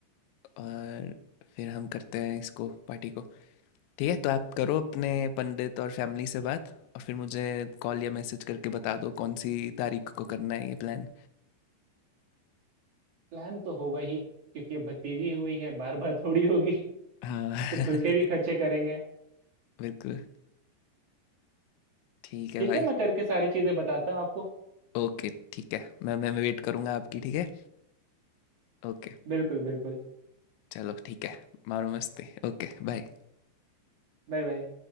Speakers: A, on the left; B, on the right.
A: और फिर हम करते हैं इसको पार्टी को ठीक है तो आप करो अपने पंडित और फैमिली से बात और फिर मुझे कॉल या मैसेज करके बता दो कौन सी तारीख को करना है ये प्लान
B: प्लान तो होगा ही क्योंकि अब भतीजी हुई है बार बार थोड़ी होगी
A: हाँ <laughs>
B: तो खुल के भी खर्चे करेंगे
A: बिल्कुल ठीक है
B: ठीक
A: भाई
B: है मैं करके सारी चीज़ें बताता हूँ आपको
A: ओके ठीक है मैं मैं वेट करूँगा आपकी ठीक है ओके
B: बिल्कुल बिल्कुल
A: चलो ठीक है मारो मस्ती Okay bye
B: Bye bye